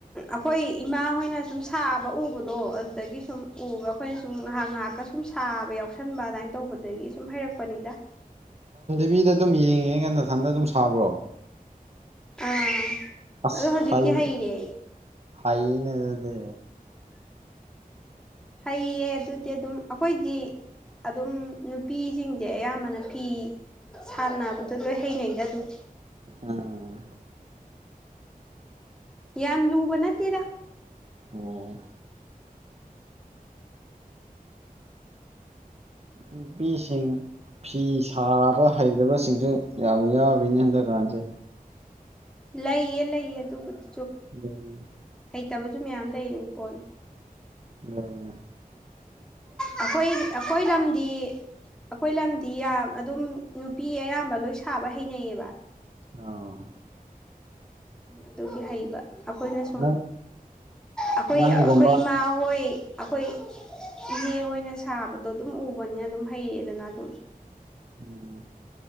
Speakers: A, in the centre; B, on the right.
A: ꯑꯩꯈꯣꯏ ꯏꯃꯥ ꯍꯣꯏꯅ ꯁꯨꯝ ꯁꯥꯕ ꯎꯕꯗꯣ ꯑꯗꯨꯗꯒꯤ ꯁꯨꯝ ꯎ ꯎꯔꯒ ꯑꯩꯈꯣꯏꯅ ꯁꯨꯝꯥꯏꯍ ꯉꯥꯏꯍꯥꯛꯀ ꯁꯨꯝ ꯁꯥꯕ ꯌꯥꯎꯁꯟꯕ ꯑꯗꯨꯃꯥꯏꯅ ꯇꯧꯕꯗꯒꯤ ꯁꯨꯝ ꯍꯩꯔꯛꯄꯅꯤꯗ
B: ꯅꯨꯄꯤꯗ ꯑꯗꯨꯝ ꯌꯦꯡꯉꯦ ꯉ ꯃꯊꯟꯗ ꯑꯗꯨꯝ ꯁꯥꯕ꯭ꯔꯣ
A: ꯑꯥ
B: ꯑꯁ
A: ꯑꯗꯣ ꯍꯧꯖꯤꯛꯇꯤ
B: ꯍꯩ
A: ꯍꯩꯔꯦ
B: ꯍꯩꯅꯦ ꯑꯗꯨꯗꯤ
A: ꯍꯩꯌꯦ ꯑꯗꯨꯗꯤ ꯑꯗꯨꯝ ꯑꯩꯈꯣꯏꯗꯤ ꯑꯗꯨꯝ ꯅꯨꯄꯤꯁꯤꯡ ꯗꯤ ꯑꯌꯥꯝꯕꯅ ꯐꯤ ꯁꯥꯟꯅꯕ ꯑꯗꯨ ꯂꯣꯏ ꯍꯩꯅꯩꯗ ꯑꯗꯨꯝ
B: ꯎꯝ
A: ꯌꯥꯝ ꯂꯨꯕꯅ ꯆꯠꯇꯦꯗ
B: ꯑꯣ ꯅꯨꯄꯤꯁꯤꯡ ꯐꯤ ꯁꯥꯕ ꯍꯩꯇꯕꯁꯤꯡꯁꯨ ꯌꯥꯝ ꯌꯥꯎꯔꯤꯅꯤ ꯍꯟꯗꯛꯀꯥꯟꯁꯦ
A: ꯂꯩꯌꯦ ꯂꯩꯌꯦ ꯑꯗꯨꯕꯨꯗꯤ
B: ꯑꯗꯨꯅꯤ
A: ꯂꯩꯇꯕꯁꯨ ꯃꯌꯥꯝ ꯂꯩꯔꯤꯅꯤ ꯄꯣꯠꯅꯤ
B: ꯀꯥꯏꯅ
A: ꯑꯩꯈꯣꯏ ꯑꯩꯈꯣꯏ ꯂꯝꯗꯤ ꯑꯩꯈꯣꯏ ꯂꯝꯗꯤ ꯌꯥꯝ ꯑꯗꯨꯝ ꯅꯨꯄꯤ ꯑꯌꯥꯝꯕ ꯂꯣꯏ ꯁꯥꯕ ꯍꯩꯅꯩꯌꯦꯕ
B: ꯉꯥꯎ
A: ꯎꯝ ꯑꯗꯨꯒꯤ ꯍꯩꯕ ꯑꯩꯈꯣꯏꯅ ꯁꯨꯝ
B: ꯅꯪ
A: ꯑꯩꯈꯣꯏ
B: ꯅꯪꯒꯨꯝꯕ
A: ꯑꯩꯈꯣꯏ ꯏꯃꯥ ꯍꯣꯏ ꯑꯩꯈꯣꯏ ꯏꯅꯦ ꯍꯣꯏꯅ ꯁꯥꯕꯗꯣ ꯑꯗꯨꯝ ꯎꯕꯅꯤꯅ ꯑꯗꯨꯝ ꯍꯩꯌꯦꯗꯅ ꯑꯗꯨꯝ
B: ꯎꯝ